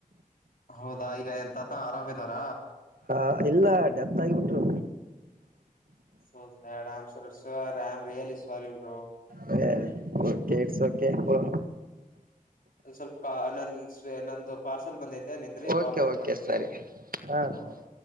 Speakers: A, on the left; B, on the right.
A: ಹೌದಾ ಈಗ ಎನ್ ತಾತ ಆರಾಮ್ ಇದಾರ
B: ಹ ಇಲ್ಲ ಡೆತ್ ಆಗಿಬಿಟ್ರು
A: ಹ <inaudible> ಎನ್ಸರ್ ರಾಮ್ ರಿಯಲಿ ಸಾರಿರು <unintelligible>
B: ಹಾಯ್ ಕೆಟ್ಟುಕೆಲಸಕ್ಕೆಂದು
A: ಸ್ವಲ್ಪ ನನ್ ಸ್ ನಂದು ಪಾರ್ಸಲ್ ಬಂದೈತೆ, ನಿಂದ್ರಿ
B: ಓಕೆ
A: ಕಾಲ್ ಕಟ್
B: ಓಕೆ
A: ಮಾಡ್ತೀನಿ
B: ಸರಿ ಹಾ
A: ಹ
B: ಸರಿ,